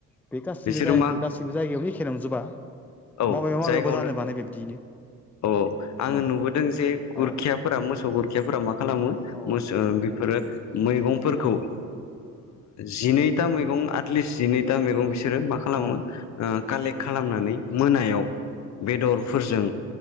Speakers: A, in the centre; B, on the left (about 65°).
A: बे गासिबो
B: बिसोरो मा
A: <unintelligible> जायगायावनो एखे नंजोबा
B: औ
A: माबेबा माबेबा
B: जायगायावनो
A: जानो बानो बिब्दियैनो
B: औ औ आङो
A: औ
B: नुबोदों जे
A: औ
B: गुरखिया फोरा मोसौ गोरखियाफोरा मा खालामो
A: औ
B: मोसो ओ बेफोरो मैगंफोरखौ ओ जिनैथा मैगं आटलिस्ट जिनैथा मैगं बिसोरो मा खालामो
A: औ
B: ओ कालेक्ट खालामनानै मोनायाव बेदरफोरजों